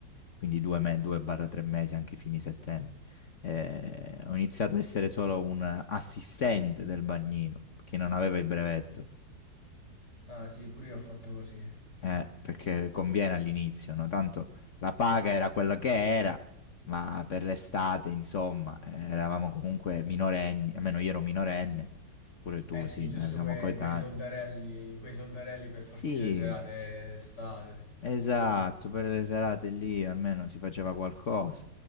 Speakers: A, on the left (about 50°); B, on the left (about 65°).
A: Quindi 2-3 mesi anche fini settembre. Eh, ho iniziato ad essere solo un assistente del bagnino, perché non avevo il brevetto.
B: Ah sì, pure io ho fatto così.
A: Eh, perché conviene all'inizio, no? Tanto la paga era quella che era, ma per l'estate, insomma, eh, eravamo comunque minorenni, almeno io ero minorenne, pure tu,
B: Eh sì,
A: sì,
B: giusto
A: eh, siamo
B: que-
A: coetanei.
B: quei soldarelli, quei soldarelli per farsi
A: Sì,
B: le serate estate.
A: esatto, per le serate lì almeno si faceva qualcosa.